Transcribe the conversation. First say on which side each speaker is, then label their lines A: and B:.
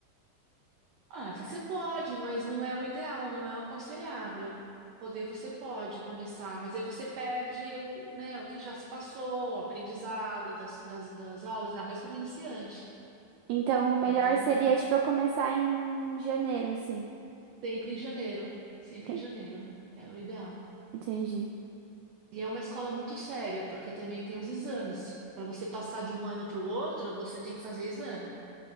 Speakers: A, on the right; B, on the right.
A: Ah, você pode, mas não é o ideal, não é o aconselhável. Poder você pode começar, mas aí você perde o, né, o que já se passou, o aprendizado das, das, das aulas, ainda mais como iniciante.
B: Então, o melhor
A: Então
B: seria,
A: não é.
B: tipo, eu começar em janeiro, assim.
A: Sempre em janeiro, sempre
B: Enten-
A: em janeiro. É o ideal.
B: Entendi.
A: E é uma escola muito séria, porque também tem os exames. Para você passar de um ano para o outro, você tem que fazer exame.